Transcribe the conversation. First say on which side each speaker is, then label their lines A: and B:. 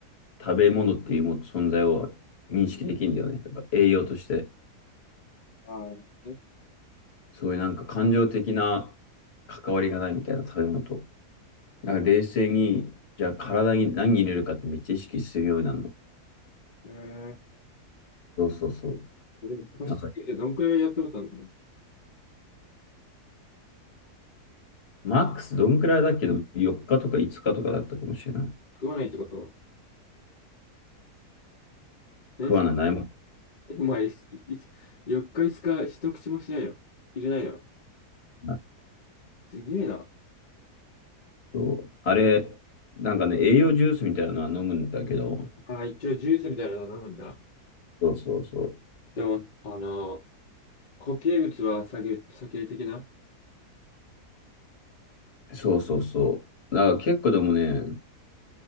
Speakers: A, on the left; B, on the left.
A: 食べ物っていうも存在を認識できるんだよね。だから栄養として、
B: ああ、ね。
A: そういうなんか感情的な関わりがないみたいな食べ物と。だから冷静に、じゃあ体に何入れるかってめっちゃ意識するようになるの。
B: えー
A: そうそうそう。
B: それ貸し付けてどんくらいやってことなの
A: なんかマックスどんくらいだっけど、4日とか5日とかだったかもしれない。
B: 食わないってことは。え、
A: 食わない、
B: <laughs>
A: ないもん。
B: えお前、いい4日5日一口もしないの入れないの
A: あ
B: すげえな。
A: とあれ、なんかね、栄養ジュースみたいなのは飲むんだけど、
B: あ、一応ジュースみたいなの飲むんだ。
A: そうそうそ
B: でも、あの、固形物は下げ、避ける的な。
A: う。そうそうそう。だから結構でもね、